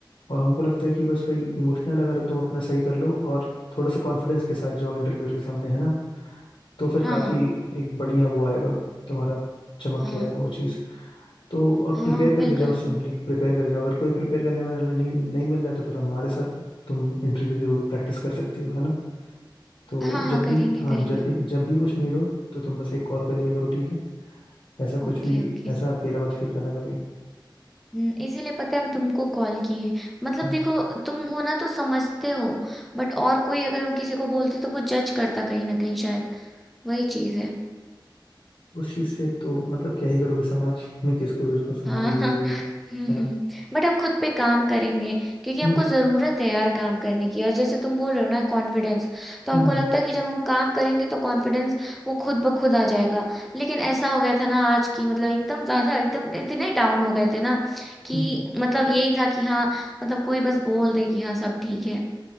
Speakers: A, on the left; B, in the centre.
A: और हमको लगता है कि बस वही इमोशनल अगर तुम अपना सही कर लो और थोड़ा सा कॉन्फिडेंस के साथ जाओ इंटरव्यूअर के सामने है ना तो फिर
B: हाँ
A: काफ़ी
B: हाँ
A: एक बढ़िया वो आएगा तुम्हारा चमक
B: हाँ
A: के आएगा वो चीज़ तो और
B: हाँ
A: प्रिपेयर करके
B: बिल्कुल
A: जाओ सिंपली प्रिपेयर करके जाओ अगर कोई प्रिपेयर करने वाला नहीं नहीं मिल रहा है तो फिर हमारे साथ तुम इंटरव्यू की प्रैक्टिस कर सकती हो है ना तो
B: हाँ हाँ
A: जब
B: करेंगे
A: भी हाँ
B: करेंगे
A: जब भी जब भी कुछ नीड हो तो तुम बस एक कॉल कर लिया करो ठीक है ऐसा
B: Okay
A: कुछ भी
B: okay
A: ऐसा अकेला मत फील करना कभी
B: हम्म, इसीलिए पता है हम तुमको कॉल किए मतलब
A: हम्म।
B: देखो तुम हो ना तो समझते हो बट और कोई अगर हम किसी को बोलते तो वो जज करता कहीं ना कहीं शायद वही चीज है
A: उस चीज़ से तो मतलब क्या ही करोगे समाज में किसको किसको संभालोगे
B: हाँ <laughs>
A: भाई है
B: हम्म
A: है
B: हम्म
A: ना
B: बट हम खुद पे काम करेंगे क्योंकि
A: हम्म
B: हमको ज़रूरत है यार काम करने की और जैसे तुम बोल रहे हो ना कॉन्फिडेंस तो
A: हम्म
B: हमको
A: हम्म
B: लगता है कि जब हम काम करेंगे तो कॉन्फिडेंस वो खुद ब खुद आ जाएगा लेकिन ऐसा हो गया था ना आज की मतलब एकदम ज़्यादा एकदम इतने डाउन हो गए थे ना कि
A: हम्म।
B: मतलब यही था कि हाँ मतलब कोई बस बोल दे कि हाँ सब ठीक है